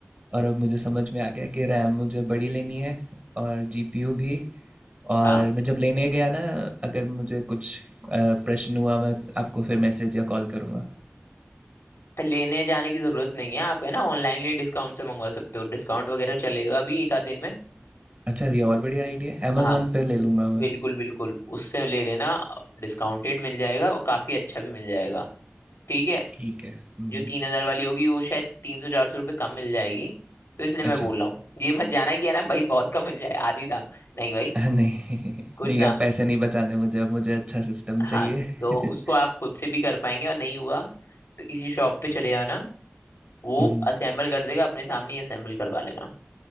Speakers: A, on the right; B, on the left.
A: और अब मुझे समझ में आ गया कि रैम मुझे बड़ी लेनी है और जीपीयू भी और
B: हाँ
A: मैं जब लेने गया ना अगर मुझे कुछ आ, प्रश्न हुआ मैं आपको फिर मैसेज या कॉल करूँगा
B: लेने जाने की जरूरत नहीं है आप है ना ऑनलाइन ही डिस्काउंट से मंगवा सकते हो डिस्काउंट वगैरह चलेगा भी एक आध दिन में
A: अच्छा ये और बढ़िया आइडिया है अमेजोन
B: हाँ
A: पे ले लूँगा मैं
B: बिल्कुल बिल्कुल उससे ले लेना डिस्काउंटेड मिल जाएगा और काफी अच्छा भी मिल जाएगा ठीक है
A: ठीक है हम्म,
B: जो तीन हजार वाली होगी वो शायद तीन सौ चार सौ रुपये कम मिल जाएगी तो इसलिए मैं
A: अच्छा
B: बोल रहा हूँ ये मत जाना कि है ना भाई बहुत कम मिल जाए आधी दाम नहीं
A: <laughs>
B: भाई
A: नहीं
B: कुछ
A: नहीं
B: दाम
A: अब पैसे नहीं बचाने मुझे अब मुझे अच्छा सिस्टम
B: हाँ
A: चाहिए
B: तो
A: <laughs>
B: उसको आप खुद से भी कर पाएंगे और नहीं हुआ तो किसी शॉप पे चले जाना वो
A: हम्म,
B: असेंबल कर देगा अपने सामने ही असेंबल करवा लेना